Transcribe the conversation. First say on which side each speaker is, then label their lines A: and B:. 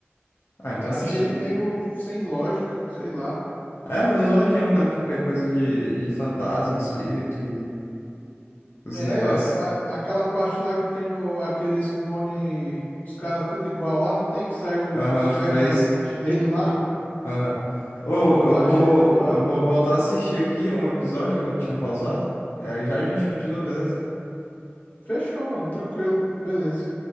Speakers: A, on the left; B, on the left.
A: Ah, então
B: Achei
A: assisti.
B: ele meio sem lógica, sei lá.
A: É meu zoadinho, né? Porque é coisa de, de fantasma, espírito e os
B: É,
A: negócios.
B: mas aquela parte lá que tem o, aqueles clone, os caras tudo igual lá, não tem que sair o-
A: Aham,
B: os
A: os
B: ferros
A: três.
B: da frente <laughs> dele lá?
A: Aham. Ô,
B: Que lá
A: eu vou,
B: achei zoado.
A: eu vou voltar a assistir aqui um episódio que eu tinha pausado. Aí já a gente continua, beleza?
B: Fechou, mano, tranquilo, beleza.